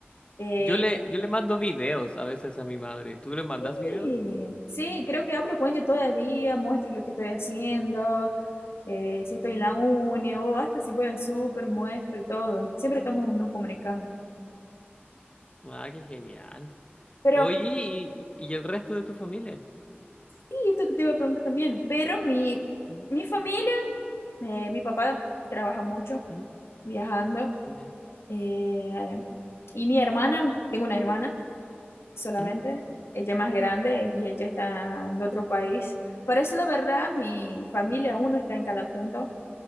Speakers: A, on the left (about 80°); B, on the left (about 25°).
A: Eh,
B: Yo le, yo le mando videos a veces a mi madre. ¿Tú le mandas
A: sí,
B: videos?
A: sí, creo que hablo con ella todo el día, muestro lo que estoy haciendo, eh, si estoy en la uni o hasta si voy al súper, muestro y todo. Siempre estamos nos comunicando.
B: Ah, qué genial.
A: Pero,
B: Oye, ¿y, y el resto de tu familia?
A: sí, esto que te iba a preguntar también, pero mi,
B: Mm,
A: mi familia, eh, mi papá trabaja mucho
B: mm,
A: viajando
B: ya.
A: eh, y mi hermana, tengo una hermana. solamente.
B: mm,
A: Ella más grande y ella está en otro país. Parece la verdad, mi familia, uno está en cada punto.